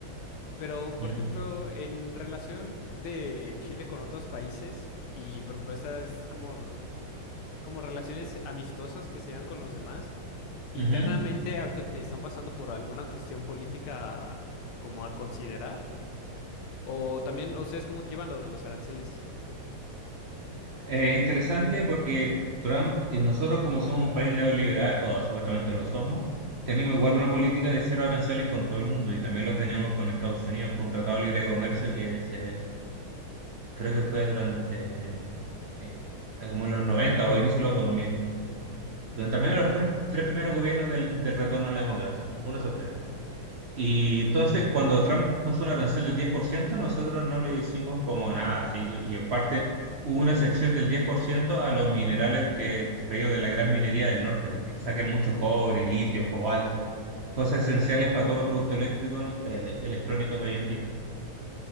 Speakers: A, on the left; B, on the right.
A: pero por
B: Ujú,
A: ejemplo, en relación de Chile con otros países y por ejemplo esas como como relaciones amistosas que se llevan con los demás. Internamente,
B: ujú.
A: ahorita te están pasando por alguna cuestión política como a considerar. O también, ¿ustedes cómo llevan lo de los aranceles?
B: Eh, interesante porque Trump, eh, nosotros como somos un país neoliberal, o supuestamente lo somos, tenemos igual una política de cero aranceles con todo el mundo y también lo tenemos con Estados Unidos por un tratado libre de comercio que se, creo que fue durante eh, como en los 90 o inicio de los dos mil durante al menos los tres, tres primeros gobiernos del, del retorno a la democracia, uno de esos tres. Y entonces cuando Trump puso una arancel del 10%, nosotros no le hicimos como nada, así que- y aparte hubo una excepción del 10% a los minerales que extraídos de la gran minería del norte, porque saquen mucho cobre, litio, cobalto, cosas esenciales para todos los productos eléctricos, el- electrónicos de hoy en día.